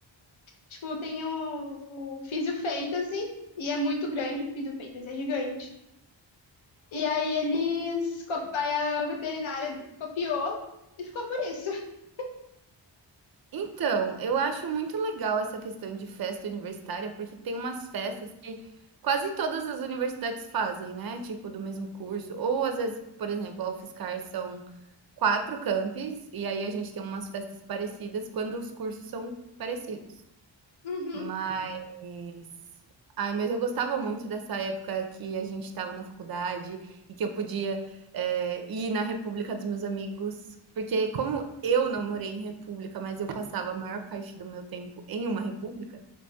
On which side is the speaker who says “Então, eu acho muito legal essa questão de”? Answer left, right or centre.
Right